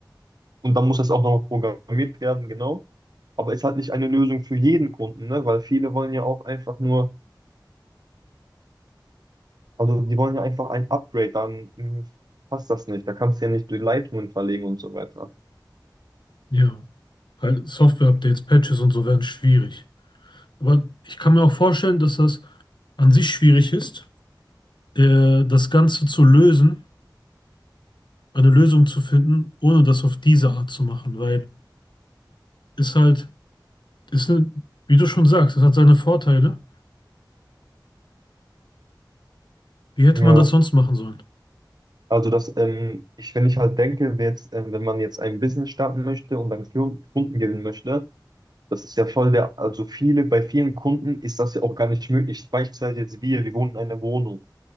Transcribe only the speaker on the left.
Ja, halt Software-Updates, Patches und so werden schwierig. Aber ich kann mir auch vorstellen, dass das an sich schwierig ist, äh, das Ganze zu lösen, eine Lösung zu finden, ohne das auf diese Art zu machen, weil ist halt, ist ne, wie du schon sagst, es hat seine Vorteile. Wie hätte
man das sonst machen sollen?